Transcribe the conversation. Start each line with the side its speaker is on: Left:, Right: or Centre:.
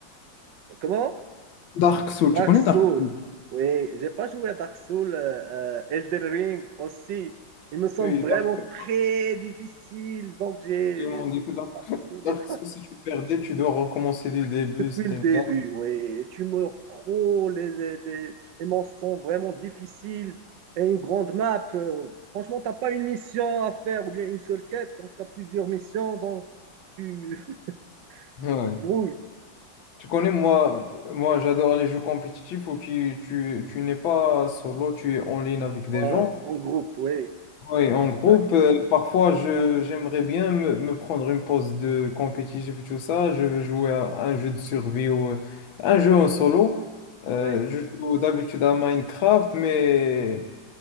Right: Comment?
Left: Dark Souls,
Right: Dark
Left: tu connais
Right: Souls.
Left: Dark Souls?
Right: Oui, j'ai pas joué à Dark Souls. euh, euh, Elden Ring aussi. Il me semble
Left: Oui,
Right: vraiment
Left: Dark Souls.
Right: très difficile, donc j'ai, euh,
Left: Ils m'ont dit que
Right: je
Left: Dark,
Right: suis pas
Left: <laughs>
Right: passionné.
Left: Dark Souls, si tu perdais, tu dois recommencer du début.
Right: Depuis
Left: C'était
Right: le
Left: une
Right: début,
Left: carte.
Right: oui. Tu meurs trop, les, les, les, les manches sont vraiment difficiles et une grande map. euh, Franchement, t'as pas une mission à faire ou bien une seule quête, donc t'as plusieurs missions, donc tu <laughs>
Left: Ouais.
Right: tu brouilles
Left: Tu connais, moi, moi j'adore les jeux compétitifs où tu, tu, tu n'es pas solo, tu es en ligne avec des
Right: Ouais,
Left: gens.
Right: en groupe, oui.
Left: Oui, en groupe,
Right: D'accord.
Left: euh, parfois, je, j'aimerais bien me, me prendre une pause de compétitif et tout ça. Je veux jouer à un jeu de survie ou euh, un jeu en solo. Euh,
Right: Oui,
Left: je joue d'habitude à Minecraft, mais.